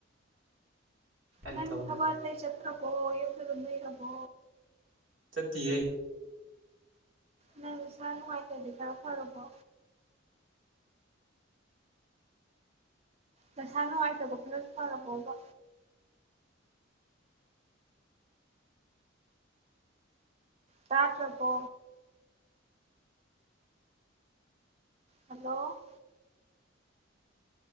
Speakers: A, on the right; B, on the right.
A: ꯀꯥꯏ
B: ꯅ
A: ꯊꯕꯛꯅꯣ
B: ꯈꯕꯔ ꯇ ꯆꯠ ꯭ꯔꯄꯣ ꯌꯦꯗꯅ ꯏꯔꯄꯣ
A: ꯆꯠꯇꯦ
B: ꯃ ꯁꯔ ꯀꯗꯤꯀ ꯐꯔꯕꯣ ꯅꯁꯥ ꯅꯨꯡꯉꯥꯏꯇꯕ ꯈꯔ ꯐꯔꯕꯣꯕ ꯁꯥꯥꯇ꯭ꯔꯄꯣ ꯍꯜꯂꯣ